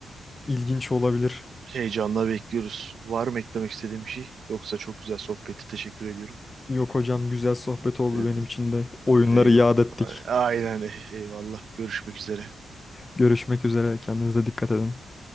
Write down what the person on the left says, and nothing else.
ilginç olabilir.
Yok hocam güzel sohbet oldu
benim için de. Oyunları
yad ettik.
Görüşmek üzere. Kendinize dikkat edin.